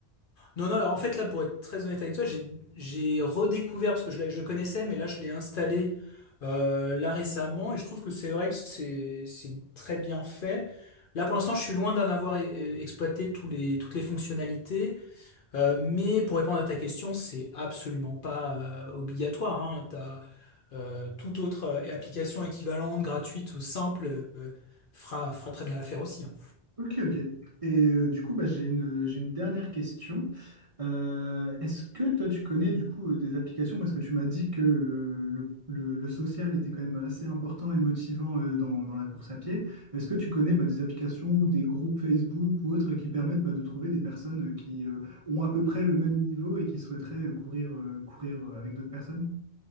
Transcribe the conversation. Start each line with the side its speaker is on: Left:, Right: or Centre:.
Left: Non, non, alors en fait, là, pour être très honnête avec toi, j'ai, j'ai redécouvert, parce que je, l'ai- je connaissais, mais là, je l'ai installé euh, là récemment, et je trouve que c'est vrai que c'est, c'est très bien fait. Là, pour l'instant, je suis loin d'en avoir euh, exploité tous les, toutes les fonctionnalités, euh, mais pour répondre à ta question, c'est absolument pas euh, obligatoire, hein. T'as, euh, toute autre euh, application équivalente, gratuite ou simple, euh, fera, fera très bien l'affaire aussi, hein.
Right: Ok, ok. Et euh, du coup, bah, j'ai une, j'ai une dernière question. Euh, est-ce que toi, tu connais du coup euh, des applications, parce que tu m'as dit que le, le- le- le social était quand même assez important et motivant euh, dans, dans la course à pied. Est-ce que tu connais bah, des applications ou des groupes Facebook ou autres qui permettent bah, de trouver des personnes euh, qui euh, ont à peu près le même niveau et qui souhaiteraient euh, courir, euh, courir euh, avec d'autres personnes?